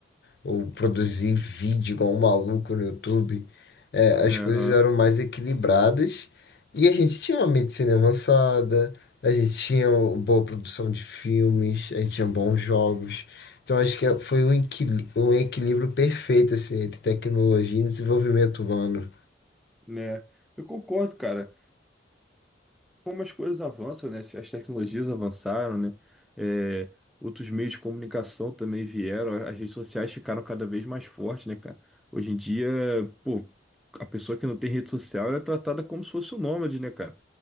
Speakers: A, on the left; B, in the centre.
A: ou produzir vídeo igual um maluco no YouTube. É,
B: Né,
A: as coisas
B: aham.
A: eram mais equilibradas e a gente tinha uma medicina avançada, a gente tinha uma boa produção de filmes, a gente tinha bons jogos. Então acho que foi um equili- um equilíbrio perfeito assim, entre tecnologia e desenvolvimento humano.
B: Né. Eu concordo, cara. como as coisas avançam, né? As tecnologias avançaram, né? É, outros meios de comunicação também vieram, as redes sociais ficaram cada vez mais fortes, né, cara? Hoje em dia, pô, a pessoa que não tem rede social, ela é tratada como se fosse um nômade, né, cara?